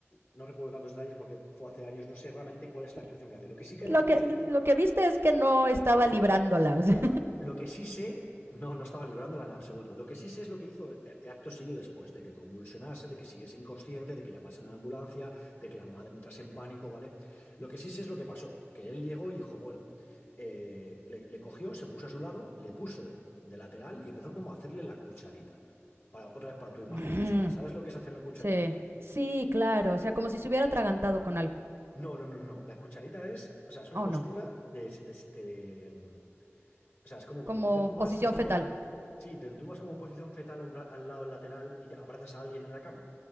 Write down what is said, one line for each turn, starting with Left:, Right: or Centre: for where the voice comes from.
Left: no recuerdo tantos detalles porque fue hace años, no sé realmente cuál es la
Right: Sí.
Left: actuación que hace. Lo que sí que
Right: Lo,
Left: recuerdo
Right: que,
Left: es
Right: lo que viste es que no estaba librándola. O sea.
Left: Claro, lo que sí sé, no, no estaba librándola en absoluto. Lo que sí sé es lo que hizo eh, eh, acto seguido después, de que convulsionase, de que siguiese inconsciente, de que llamasen a la ambulancia, de que la madre entrase en pánico, ¿vale? Lo que sí sé es lo que pasó, que él llegó y dijo, bueno, eh, le, le cogió, se puso a su lado, le puso de lateral y empezó como a hacerle la cucharita. Para, otra vez para tu imagen
Right: <laughs>
Left: visual. ¿Sabes lo que es hacer la cucharita?
Right: sí, sí, claro. O sea, como si se hubiera atragantado con algo.
Left: No, no, no, no. La cucharita es, o sea, es una
Right: Oh,
Left: postura
Right: no.
Left: de, de- de- O sea, es como cuando
Right: Como
Left: tú te tumbas,
Right: posición
Left: te tumbas,
Right: fetal.
Left: sí, te tumbas como en posición fetal hombra- al lado lateral y te abrazas a alguien en la cama.